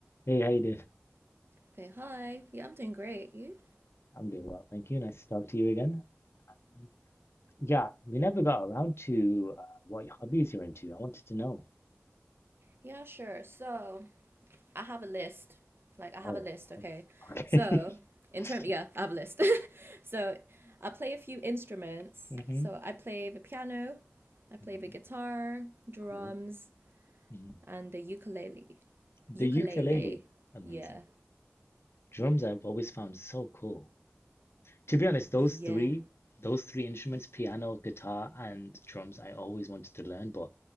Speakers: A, on the left; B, on the right.
A: Hey, how you doing?
B: Okay, hi. Yeah, I'm doing great. You?
A: I'm doing well, thank you. Nice to talk to you again. Mm. Yeah, we never got around to uh, what hobbies you're into. I wanted to know.
B: Yeah, sure. So, I have a list. Like, I
A: Oh,
B: have a list, okay?
A: okay.
B: So,
A: Okay.
B: in
A: <laughs>
B: term, yeah, I have a list. <laughs> So, I play a few instruments.
A: hmm
B: So, I play the piano, I play
A: hmm
B: the guitar, drums,
A: Cool. hmm
B: and the ukulele.
A: The
B: Ukulele.
A: ukulele, amazing.
B: Yeah.
A: Drums I've always found so cool. To be honest, those
B: Yeah.
A: three, those three instruments, piano, guitar, and drums, I always wanted to learn, but